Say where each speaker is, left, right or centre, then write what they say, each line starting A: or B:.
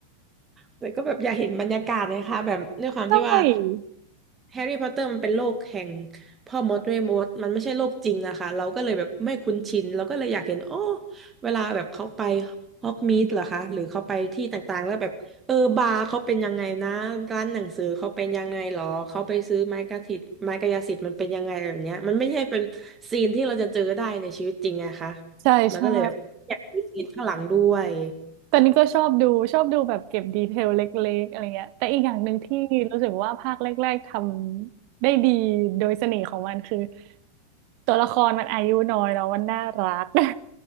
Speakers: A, on the right (about 20°); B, on the right (about 45°).
A: แต่ก็แบบอยากเห็นบรรยากาศนะคะแบบด้วยความที่ว่า
B: ใช่
A: แฮร์รี่พอตเตอร์มันเป็นโลกแห่งพ่อมดแม่มดมันไม่ใช่โลกจริงนะคะเราก็เลยแบบไม่คุ้นชินเราก็เลยอยากเห็นโอ้เวลาแบบเขาไปฮอกมีดเหรอคะหรือเขาไปที่ต่างๆแล้วแบบเออบาร์เขาเป็นยังไงนะร้านหนังสือเขาเป็นยังไงหรอเขาไปซื้อไม้กระถิตไม้กายสิทธิ์มันเป็นยังไงแบบเนี้ยมันไม่ใช่เป็นซีนที่เราจะเจอได้ในชีวิตจริงนะคะ
B: ใช่ใช่
A: มันก็เลยแบบอยากมีซีนข้างหลังด้วย
B: แต่นี่ก็ชอบดูชอบดูแบบเก็บดีเทลเล็กๆอะไรเงี้ยแต่อีกอย่างหนึ่งที่รู้สึกว่าภาคแรกๆทำได้ดีโดยเสน่ห์ของมันคือตัวละครมันอายุน้อยเนาะมันน่ารัก <laughs>